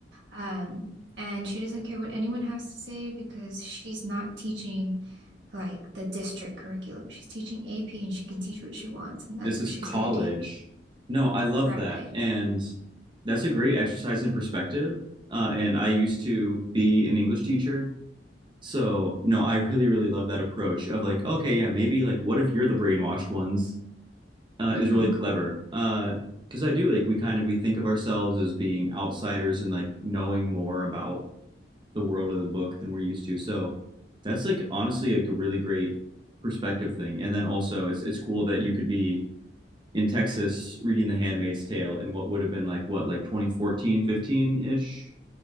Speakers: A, on the right; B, on the right.
A: Um, and she doesn't care what anyone has to say because she's not teaching like the district curriculum. She's teaching AP and she can teach what she wants, and that's
B: This is
A: what she's
B: college.
A: going to teach.
B: No, I love
A: Right.
B: that. And that's a great exercise in perspective. Uh, and I used to be an English teacher. So, no, I really, really love that approach of like, okay, yeah, maybe like what if you're the brainwashed ones uh,
A: Mm-hmm.
B: is really clever. Uh, because I do like we kind of we think of ourselves as being outsiders and like knowing more about the world of the book than we're used to. So that's like honestly like a really great perspective thing. And then also it's it's cool that you could be in Texas reading The Handmaid's Tale in what would have been like what like 2014, 15-ish.